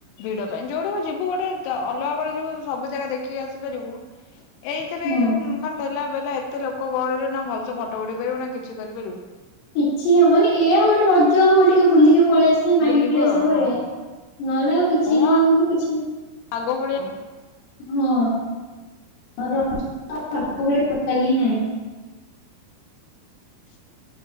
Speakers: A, on the left; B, on the left.
A: ଭିଡ ପାଇଁ। ଯୋଉଠି ଯିବୁ ଗୋଟେ ଅଲଗା ବେଳେ ଯିବୁ ସବୁ ଜାଗା ଦେଖିକି ଆସିପାରିବୁ ଏଇଥରେ
B: ହଁ
A: ଯୋଉ ଘଣ୍ଟେ ହେଲା ଏତେ ଲୋକ ଗହଳିରେ ନା ଭଲସେ ଫଟୋ ଉଠେଇ ପାରିବୁ ନା କିଛି କରିପାରିବୁ
B: କିଛି ହବନି ଏଇଆ ଗୋଟେ ରଜ ଆଉ ଟିକେ ବୁଲିକି ପଳେଇ ଆସିବ ମାଇଣ୍ଡ
A: ବୁଲିବୁ
B: ଫ୍ରେଶ
A: ଆଉ
B: ହବ
A: ହଁ
B: ଏଇଆ। ନହଲେ ଆଉ କିଛି
A: କଣ
B: ନୁହ କିନ୍ତୁ କିଛି
A: ଆଗ ଭଳିଆ
B: ହଁ, ର ଆଗ ଭଳିଆ ଟୋଟାଲ ହିଁ ନାହିଁ।
A: ହ।